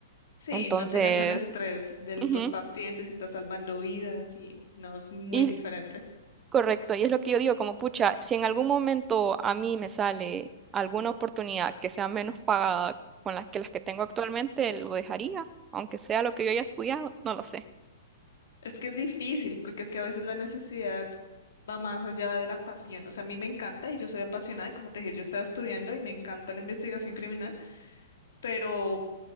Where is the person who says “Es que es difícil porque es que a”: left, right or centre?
Left